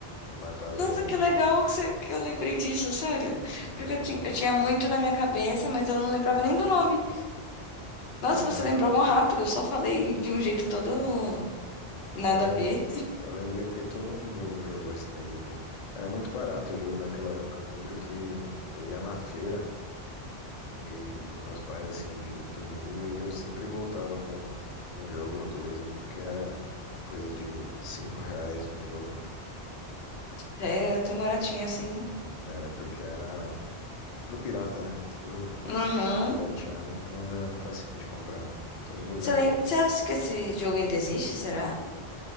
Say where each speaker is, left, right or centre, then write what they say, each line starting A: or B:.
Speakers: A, on the left; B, on the left.
A: e matava
B: Nossa,
A: ele aí,
B: que legal
A: foi-
B: que, você- que eu lembrei disso, sério.
A: né, era
B: Porque
A: agulha.
B: eu, ti- eu tinha
A: agulha
B: muito
A: foi.
B: na minha cabeça, mas eu não lembrava nem do nome. Nossa,
A: Aham.
B: você lembrou mó rápido, eu só falei de um jeito todo. Nada
A: É,
B: a ver.
A: eu lembrei porque todo mundo jogou isso daí, pô. Era muito barato o jogo naquela época. Eu lembro que eu ia na feira E com meus pais, assim, de domingo, e eu sempre voltava com um jogo ou dois ali, porque era coisa de cinco reais no jogo.
B: Já era tão baratinho assim.
A: Era porque era tudo pirata, né? Tudo
B: Uhum.
A: pirateado, então era facinho de comprar. Todo lugar
B: Você lem-
A: tinha.
B: você acha que esse jogo ainda existe, será?